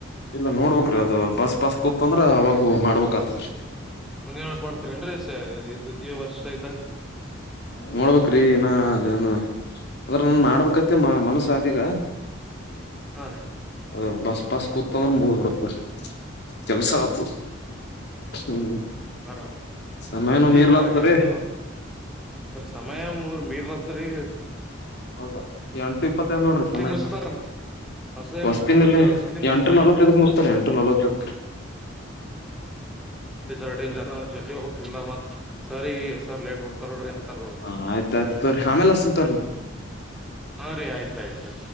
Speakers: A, on the left; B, in the centre.
A: ಇಲ್ಲ ನೋಡ್ಬಕ್ರಿ ಅದು ಬಸ್ ಬಸ್ ಕೂ.. ತೊಂದ್ರೆ ಆವಾಗ್ ಮಾಡ್ಬೇಕಾತದ್ರಿ.
B: ಮುಂದಿನ ವರ್ಷ ಮಾಡ್ತೀರೇನ್ರಿ ದ್ವಿತೀಯ ವರ್ಷ ಇದ್ದಾಗ
A: ನೋಡ್ಬೇಕ್ರಿ ಇನ ಏನು.. ಆದ್ರ ನಾನ್ ಮಾಡಡ್ಬೇಕತ್ತಿ ಮನಸಾದೀಗ.
B: ಹಾ ರೀ.
A: ಅ ಬಸ್ ಪಾಸ್. ಹೊಗ್ <inaudible> ಬರ್ರಿ. ಕೆಲ್ಸ ಆ ಹ್ಮ್.
B: ಬರು. ್
A: ಸಮಯನು
B: ಮತ್ತ್
A: ಮೀರ್ಲಾತದ್ರಿ
B: ಈಗ ಇದು ಸಮಯ ಮೂರ್ ಮೀರಲಾತ್ರಿ.
A: ಹೌದಾ ಎಂಟು ಇಪ್ಪತ್ತೈದ್ ನೋಡ್ರಿ ಸಮಯ
B: ಮುಚ್ತಾರ ಹೊಸೇ
A: ಹೊಸ್ತಿನಲ್ಲಿ
B: ಮುಸ್ ವಸತಿ ಮುಸ್ತಾನ
A: ಎಂಟು ನಲ್ವತ್ತೈದಕ್
B: ಮುಚ್ತಲ್ರಿ
A: ಮುಸ್ತಾರ ಎಂಟು ನಲ್ವತ್ತೈದಕ. ೆ
B: ರ್ಡನ್ ಜನ ಜಲ್ದಿ ಹೋಗ್ತಿಲಿಲ್ಲ ಮತ್ ಸರಿ ಈ ಸರ್ ಲೇಟ್ ಬರ್ತಾರ ನೋಡ್ರಿ. ಅಂತಾರ ಅವ್ರು
A: ಹ ಆಯ್ತಯ್ತು ರಿ ಆಮೇಲೆ ಅಸನ್ ತೋರಿ.
B: ಹುರಿ ಆಯ್ತ ಆಯ್ತು್ತು